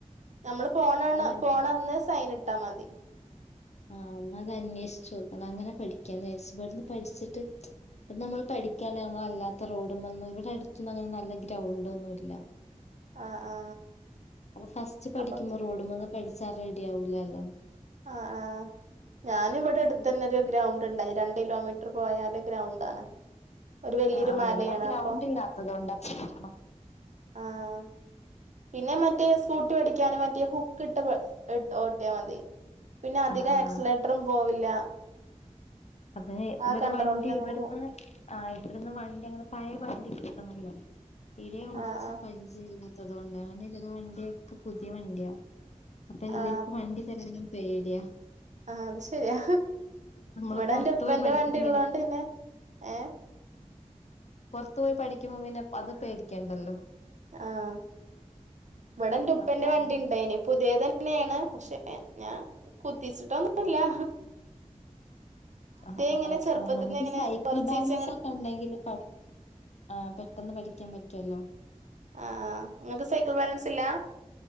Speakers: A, on the right; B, on the left.
A: നമ്മള് പോണ
B: അതാണ്
A: പോണന്ന് സൈന്ട്ടാ മതി
B: ആഹ് ഇന്നതാ അന്വേഷിച്ചോക്കണം അങ്ങനെ പഠിക്ക്യാന്നാര്ച്ച് ഇവട്ന്ന് പഠ്ച്ച്ട്ട് ഇ നമ്മള് പഠിക്ക്യാണെ നമ്മള് അല്ലാത്ത റോഡും മന്ന് ഇവടെ അട്ത്തൊന്നും അങ്ങനെ നല്ല ഗ്രൗണ്ട് ഒന്നും ഇല്ല
A: ആ ആ
B: അപ്പം ഫസ്റ്റ് പഠിക്ക്യുമ്പോ
A: അപ്പൊ
B: റോഡ്മെന്ന് പഠ്ച്ചാ റെഡി ആവൂലാല്ലോ
A: ആഹ് ആഹ് ഞാന് ഇവടെ
B: അപ്പൊ
A: എട്ത്തന്നെ ഒര് ഗ്രൗണ്ട്ണ്ടായി രണ്ട് കിലോമീറ്ററ് പോയാല് ഗ്രൗണ്ടാണ് ഒരു വലിയൊരു
B: ആഹ് ആഹ്
A: മലയാണ്
B: ഇവടെ ഗ്രൗണ്ട്
A: അപ്പൊ
B: ഇല്ലാത്തതോണ്ടാ പ്രശ്നം
A: ആഹ് പിന്നെ മറ്റേ സ്കൂട്ടി പഠിക്ക്യാന് മറ്റേ ഹുക്ക് ഇട്ട് ഓട്ടിയാ മതി പിന്നെ അധികം
B: ആഹ് ആഹ്
A: ആക്സിലേറ്ററും പോവില്ല
B: അപ്പഴേ
A: ആ
B: ഇവരെ
A: കൺട്രോളിൽ
B: വണ്ടി
A: അങ്ങനെ
B: ഇവട്ന്ന്
A: പോവും
B: ആഹ് ഇവട്ന്ന് വണ്ടി അങ്ങനെ പഴയ വണ്ടി കിട്ട്ന്ന്ല്ലാ തീരെ ഓട്ച്ച്
A: ആ ആ
B: പരിചയ ഇല്ലാത്തതോണ്ട് അങ്ങനെ ഇതിനെ വണ്ടിയൊക്കെ പുതിയ വണ്ട്യാ അപ്പൊ എല്ലര്ക്കും
A: ആ
B: വണ്ടി തെരാന് പേടിയാ
A: ആഹ് അത് ശെരിയാ
B: നമ്മള്
A: ഇവടെ
B: പുറത്തു
A: എന്റെ ഉപ്പൻ്റെ
B: പോയി പഠിക്കും
A: വണ്ടി ഇള്ളോണ്ട് പിന്നെ ഏഹ്
B: പൊർത്ത് പോയി പഠിക്കുമ്പം പിന്നെ അത് പേടിക്കണ്ടല്ലോ
A: ആഹ് ഇവടെ ൻ്റെ ഉപ്പൻ്റെ
B: അപ്പൊ
A: വണ്ടി
B: അങ്ങനെ
A: ണ്ടേനി പുതിയതന്നേണ് പക്ഷെ ഞാൻ കുത്തിച്ചിട്ടൊന്നൂല്ലാ
B: ആഹ്
A: ഇങ്ങനെ ചെറുപ്പത്തിന്ന്
B: ആഹ് നമുക്ക്
A: ഇങ്ങനെ
B: സൈക്കിൾ
A: കൊറച്ചീച്ചെ
B: ബാലൻസൊക്കെ
A: ഇങ്ങനെ
B: ഇണ്ടെങ്കില് പഠി ആഹ് പെട്ടെന്ന് പഠിക്ക്യാൻ പറ്റല്ലോ
A: ആഹ് ആഹ് ഇങ്ങക്ക് സൈക്കിൾ ബാലൻസ് ഇല്ലാ